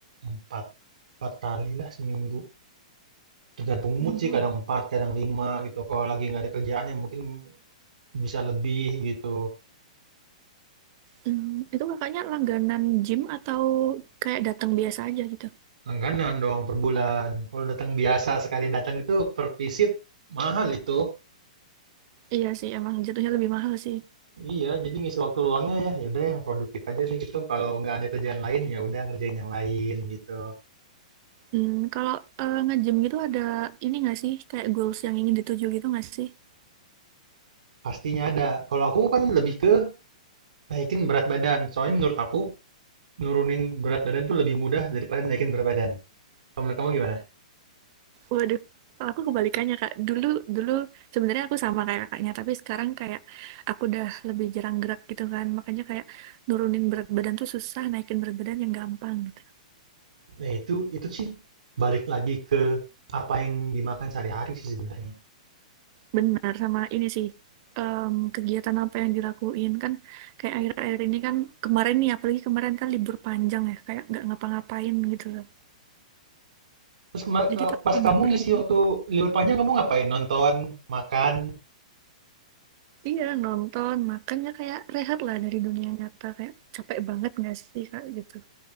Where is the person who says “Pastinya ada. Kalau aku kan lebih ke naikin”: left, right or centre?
Right